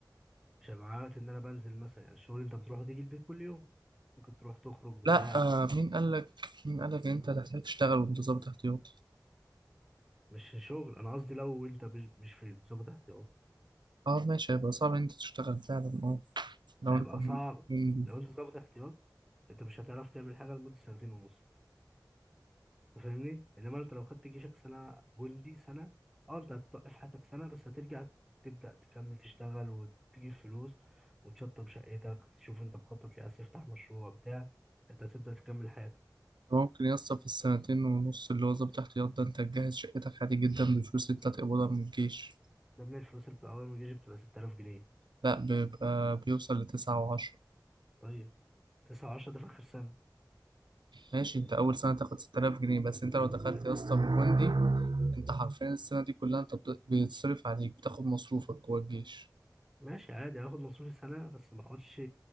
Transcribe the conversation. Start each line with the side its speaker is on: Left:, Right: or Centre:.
Centre: مش هيبقى معايا وقت ان انا بنزل مثلا يعني الشغل انت بتروح وتيجي البيت كل يوم ممكن تروح تخرج بتاع
Right: لا اه، مين قال لك مين قال لك ان انت هتحتاج تشتغل وانت ضابط احتياطي
Centre: مش شغل انا قصدي لو انت مش مش في ضابط احتياط
Right: اه ماشي هيبقى صعب ان انت تشتغل فعلا اه لو
Centre: هيبقى
Right: انت م-
Centre: صعب
Right: م-
Centre: لو انت ضابط احتياط انت مش هتعرف تعمل حاجة لمدة سنتين ونص انت فاهمني انما انت لو خدت جيشك سنه جندي سنه اه انت هتوقف حياتك سنه بس هترجع تبدا تكمل تشتغل وتجيب فلوس وتشطب شقتك تشوف انت مخطط ليه عايز تفتح مشروع بتاع انت هتبدا تكمل حياتك
Right: ممكن يسطا في السنتين ونص اللي هو ضابط احتياط ده انت تجهز شقتك عادي جدا بفلوس انت تقبضها من الجيش
Centre: ده من الفلوس اللي بتبقى اول ما الجيش بتبقى 6000 جنيه
Right: لا بيبقى بيوصل لتسعة وعشرة
Centre: طيب 9 و10 ده في اخر سنه
Right: ماشي انت اول سنه تاخد 6000 جنيه بس انت لو دخلت
Centre: ماشي
Right: يا اسطى بجوندي انت حرفيا السنه دي كلها انت بت- بيتصرف عليك بتاخد مصروفك جوه الجيش
Centre: ماشي عادي هاخد مصروفي سنه بس ما اقعدش